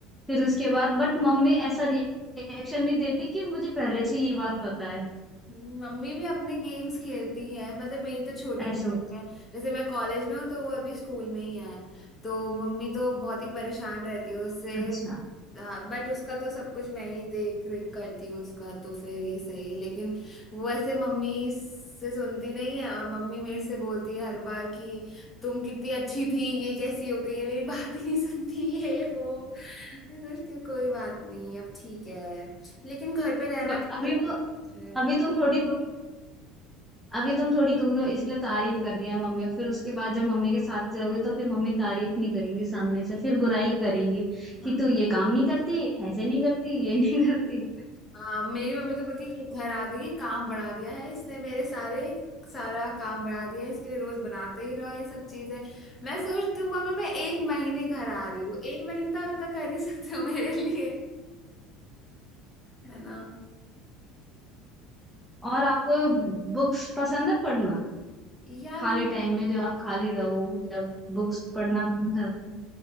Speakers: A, in the centre; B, on the left (about 20°).
A: फिर उसके बाद बट मम्मी ऐसा रिएक्शन नहीं देती कि मुझे पहले से ये बात पता है
B: मम्मी भी अपने गेम्स खेलती है मतलब मेरी तो छोटी
A: ऐसे
B: बहन
A: होता
B: है जैसे मैं कॉलेज में हूँ तो वो अभी स्कूल में ही है तो मम्मी तो बहुत ही परेशान रहती है उससे
A: है। अच्छा
B: हाँ बट उसका तो सब कुछ मैं ही देख रेख करती हूँ उसका तो फिर ये सही है लेकिन वो ऐसे मम्मी से सुनती नहीं है और मम्मी मेरे से बोलती है हर बार कि तुम कितनी अच्छी थी ये कैसी हो गई है मेरी बात ही नहीं सुनती ये वो मैं सोचती हूँ कोई बात नहीं अब ठीक है लेकिन घर पे रहना
A: पर
B: कितना
A: अभी वो
B: बात है
A: अभी तुम थोड़ी दूर अभी तुम थोड़ी दूर हो इसलिए तारीफ कर रही है मम्मी फिर उसके बाद जब मम्मी के साथ रहोगे तो फिर मम्मी तारीफ नहीं करेंगी सामने से फिर बुराई करेंगी
B: हाँ
A: कि तू ये काम नहीं करती ऐसे नहीं करती ये नहीं करती
B: हाँ मेरी मम्मी तो बोलती है ये घर आ गई है काम बढ़ा दिया है इसने मेरे सारे सारा काम बढ़ा दिया है इसके लिए रोज बनाते ही रहो ये सब चीजें मैं सोचती हूँ मम्मी मैं एक महीने घर आ रही हूँ एक महीने तो आप इतना कर ही सकते हो मेरे लिए है ना
A: <laughs> और आपको बुक्स पसंद है पढ़ना
B: यार
A: खाली
B: मुझे
A: टाइम में जो आप खाली रहो जब बुक्स पढ़ना पसंद करते हो